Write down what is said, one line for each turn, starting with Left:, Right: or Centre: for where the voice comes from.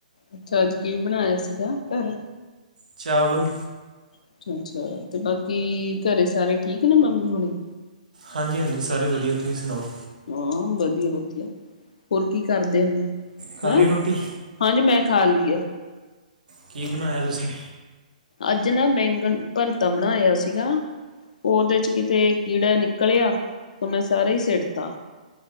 Left: ਅੱਛਾ ਅੱਜ ਕੀ ਬਨਾਏਆ ਸੀਗਾ ਘਰ।
Right: ਚਾਵਲ
Left: ਅੱਛਾ-ਅੱਛਾ ਤੇ ਬਾਕੀ ਘਰੇ ਸਾਰੇ ਠੀਕ ਨੇ ਮੰਮੀ ਹੋਨੀ।
Right: ਹਾਂਜੀ-ਹਾਂਜੀ ਸਾਰੇ ਵਦੀਆ ਤੁਸੀਂ ਸਨਾਓ
Left: ਹਾਂ ਵਦੀਆ-ਵਦੀਆ, ਹੋਰ ਕੀ ਕਰਦੇ ਹੁਨੇ
Right: ਖਾ
Left: ਓਂ, ਹੈਂ।
Right: ਲਈ ਰੋਟੀ
Left: ਹਾਂਜੀ ਮੈਂ ਖਾ ਲੀ ਐ।
Right: ਕੀ ਬਨਾਇਆ ਤੁਸੀਂ?
Left: ਅੱਜ ਨਾ ਬੈਂਗਣ ਭਰਤਾ ਬਨਾਏਆ ਸੀਗਾ। ਓਦੇ ਚ ਕਿਤੇ ਕੀੜਾ ਨਿਕਲਿਆ ਤਾਂ ਮੈਂ ਸਾਰਾ ਈ ਸਿਟਤਾ।